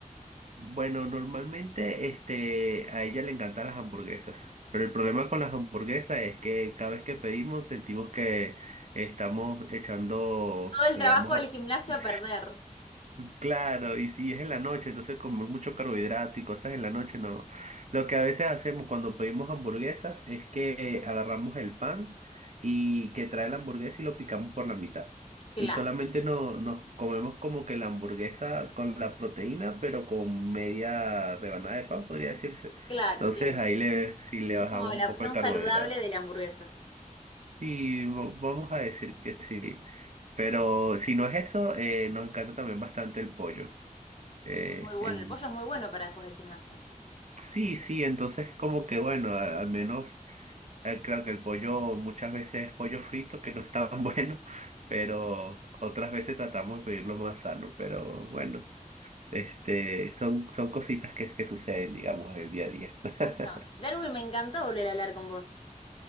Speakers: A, on the right (about 55°); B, on the left (about 40°).
A: Bueno, normalmente este, a ella le encantan las hamburguesas, pero el problema con las hamburguesas es que cada vez que pedimos sentimos que estamos echando,
B: Todo el
A: digamos,
B: trabajo
A: a...
B: del gimnasio
A: <laughs>
B: a perder.
A: Claro, y si es en la noche, entonces comer mucho carbohidrato y cosas en la noche, no. Lo que a veces hacemos cuando pedimos hamburguesas es que agarramos el pan y que trae la hamburguesa y lo picamos por la mitad.
B: Claro,
A: Y solamente no, nos comemos como que la hamburguesa con la proteína, pero con media rebanada de pan, podría decirse.
B: claro,
A: Entonces
B: entiendo.
A: ahí le, sí le bajamos
B: Es como la
A: un poco
B: opción
A: el carbohidrato.
B: saludable de la hamburguesa.
A: Y vo- vamos a decir que sí. Pero si no es eso, eh, nos encanta también bastante el pollo. Eh,
B: Es muy bueno,
A: em,
B: el pollo es muy bueno para después del gimnasio.
A: sí, sí, entonces como que bueno, a- al menos eh, creo que el pollo muchas veces es pollo frito, que no es tan <laughs> bueno, pero otras veces tratamos de pedirlo más sano, pero bueno, este, son, son cositas que, que suceden, digamos, en el día a día. <laughs>
B: Así estamos. Darwin, me encantó volver a hablar con vos.